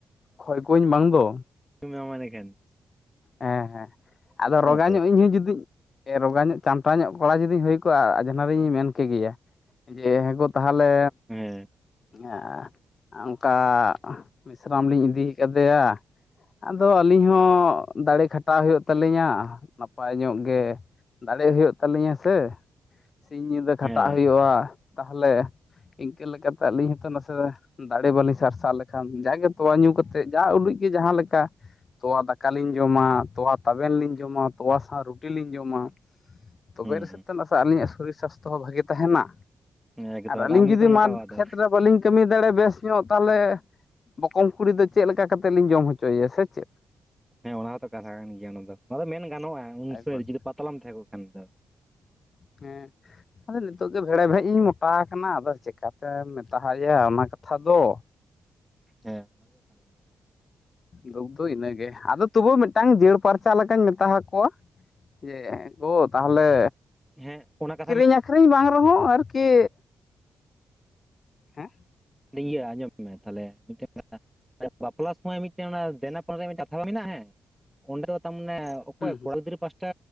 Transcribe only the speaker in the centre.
<unintelligible> ᱨᱮᱠᱷᱮᱱ
ᱛᱚ
ᱦᱮᱸ
ᱦᱮᱸ
ᱦᱩᱸ
ᱮᱠᱫᱚᱢ
ᱟᱫᱚ
ᱟᱢ ᱜᱮᱛᱚᱢ
ᱢᱚᱴᱟᱣᱟ
ᱟᱫᱚ
ᱦᱮᱸ ᱚᱱᱟ ᱦᱚᱸᱛᱚ ᱠᱟᱛᱷᱟ ᱠᱟᱱ ᱜᱮᱭᱟ ᱚᱱᱟᱫᱚ ᱚᱱᱟ ᱫᱚ ᱢᱮᱱ ᱜᱟᱱᱚᱜᱼᱟ ᱩᱱ
ᱥᱚᱢᱚᱭ ᱡᱩᱫᱤ ᱯᱟᱛᱞᱟᱢ ᱛᱟᱦᱮᱸ ᱠᱚᱜ ᱠᱷᱟᱱ ᱫᱚ᱾
ᱦᱮᱸ ᱚᱱᱟ ᱫᱚ ᱠᱟᱱ ᱜᱮᱭᱟ᱾
ᱦᱮᱸ ᱚᱱᱟ ᱠᱟ
ᱤᱭᱟᱹ ᱟᱸᱡᱚᱢ ᱢᱮ ᱛᱟᱦᱞᱮ ᱢᱤᱫᱴᱮᱱ ᱠᱟᱛᱷᱟ, ᱵᱟᱯᱞᱟ ᱥᱚᱢᱚᱭ ᱢᱤᱫᱴᱮᱱ ᱚᱱᱟ ᱫᱮᱱᱟ ᱯᱟᱱᱟ ᱨᱮᱭᱟᱜ ᱢᱤᱫᱴᱮᱱ ᱠᱟᱛᱷᱟᱵᱟ ᱢᱮᱱᱟᱜᱼᱟ ᱦᱮᱸ ᱚᱸᱰᱮ ᱫᱚ ᱛᱟᱨᱢᱟᱱᱮ ᱚᱠᱚᱭ
ᱠᱚᱲᱟ ᱜᱤᱫᱽᱨᱟᱹ ᱯᱟᱥᱴᱟ